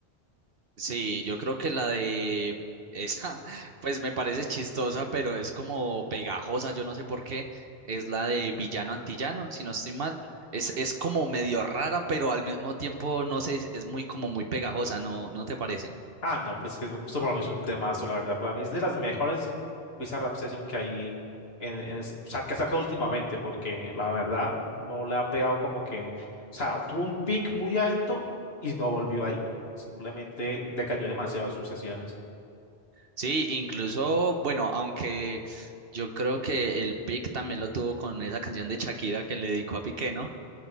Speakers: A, on the right; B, on the left.
A: Sí, yo creo que la de esa, <laughs> pues me parece chistosa, pero es como pegajosa, yo no sé por qué, es la de Villano Antillano, si no estoy mal. Es, es como medio rara, pero al mismo tiempo, no sé, es es muy como muy pegajosa, ¿no, no te parece?
B: Ah, no, pero es que eso, esto para mí es un temazo, la verdad. Para mí es de las mejores Bizarrap Session que hay en, en es- o sea, que saca últimamente, porque la verdad no le ha pegado como que, o sea, tuvo un pic muy alto y no volvió ahí. Simplemente decayó demasiado de sus sesiones.
A: Sí, incluso, bueno, aunque yo creo que el pick también lo tuvo con esa canción de Shakira que le dedicó a Piqué, ¿no?